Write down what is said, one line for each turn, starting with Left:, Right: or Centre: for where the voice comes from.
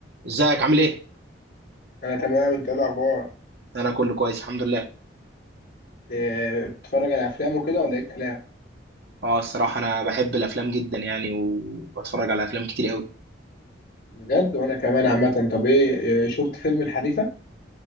Right: ازيك عامل ايه؟
Left: انا تمام انت ايه الاخبار
Right: انا كله كويس الحمد لله
Left: إيه، بتتفرج على افلام وكده ولا ايه الكلام
Right: اه الصراحه انا بحب الافلام جدا يعني وبتفرج على افلام كتير قوي
Left: بجد وانا كمان عامه طب ايه إيه، شفت فيلم الحريفه